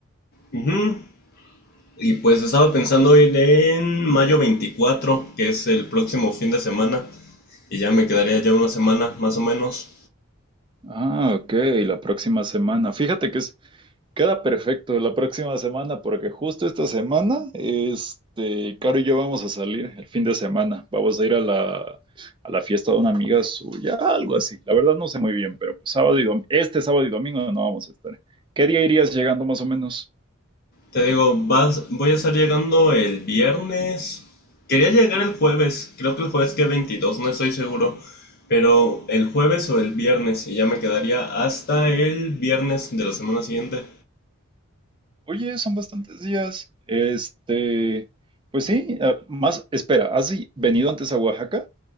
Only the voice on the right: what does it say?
Ah, ok, la próxima semana. Fíjate que es, Queda perfecto la próxima semana porque justo esta semana, este, Caro y yo vamos a salir el fin de semana. Vamos a ir a la, a la fiesta de una amiga suya, algo así. La verdad no sé muy bien, pero pues sábado y domingo, este sábado y domingo no vamos a estar. ¿Qué día irías llegando más o menos?
Oye, son bastantes días. Este, pues sí, eh, más, espera, ¿has i- venido antes a Oaxaca?